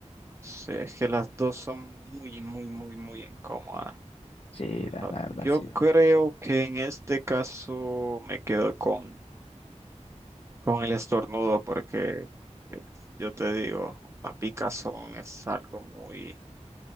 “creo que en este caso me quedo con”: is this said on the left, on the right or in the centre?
Right